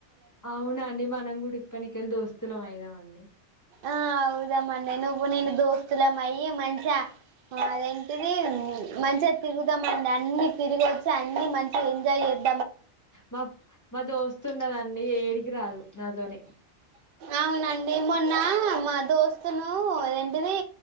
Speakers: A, on the left; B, on the right.
A: అవునా అండి మనం కూడా ఇప్పకెళ్ళి దోస్తులం అయిదాం అండి.
B: ఆ అవుదామండి నువ్వు నేను దోస్తులమ్మయి మనిషా అదేంటిది మంచిగా తిరుగుదామండి అన్ని తిరిగి వచ్చి అన్ని మంచిగా ఎంజాయ్ చేద్దా.
A: మా మా దోస్తు ఉన్నదండి ఏడికి రాదు నాతోని.
B: అవునండి మొన్న మా దోస్తులు అదేంటిది